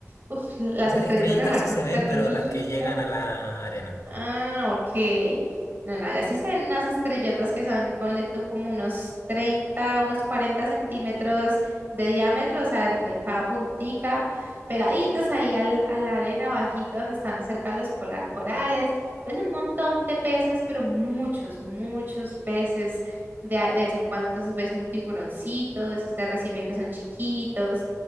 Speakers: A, on the right (about 40°); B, on the left (about 85°).
A: Uf, las
B: O sea,
A: estrellas
B: estrellitas
A: de mar
B: sí
A: son
B: se
A: súper
B: ven, pero
A: lindas.
B: las que llegan a la arena.
A: Ah, ok. No, no, ya sí se ven unas estrellotas que son, ponle tú como unos 30, unos 40 centímetros de diámetro, o sea, entre cada puntica, pegaditos ahí al, a la arena bajito donde están cerca los cola- corales. Pues un montón de peces, pero muchos, muchos peces de, a- de vez en cuando. Entonces ves un tiburoncito, de esos de arrecife que son chiquitos,